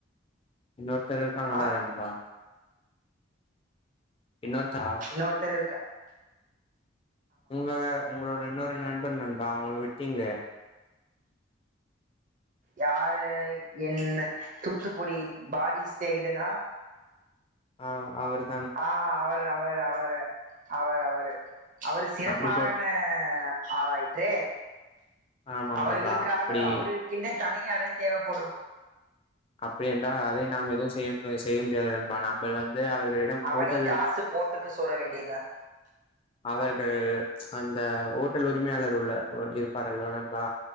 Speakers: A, on the left (about 30°); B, on the right (about 40°).
A: இன்னொருத்தர் இருக்காங்கள்ள
B: ஆ
A: நண்பா இன்னொருத்தா
B: இன்னொருத்தர் இருக்கா
A: உங்க உங்களோட இன்னொரு நண்பர் நண்பா அவுங்கள விட்டீங்களே
B: யார என் தூத்துக்குடி பாரி ஸ்நேகிதனா
A: ஆஹ் அவருத்
B: ஆஹ் அவரு அவரு அவரு அவரு அவரு அவரு சிறப்பாகன்ன
A: அப்டி போட்
B: ஆளாய்யிற்றே
A: ஆமாம்
B: அவர்களுக்காக
A: நண்பா அப்டி
B: அவருக்கென்ற தனி அறை தேவைப்படும்
A: அப்படி என்றால் அதை நாம் எதுவு செய்ய அ செய்ய முடியாது நண்பா நம்பள் வந் து அவர்களிடம்
B: அவனை
A: ஹோட்டலில்
B: காசு போட்டுக்க சொல்ல வேண்டியதுதான்
A: அவர் ஆ அந்த ஓட்டல் உரிமையாளர் உள்ள இருப்பாரல்வா நண்பா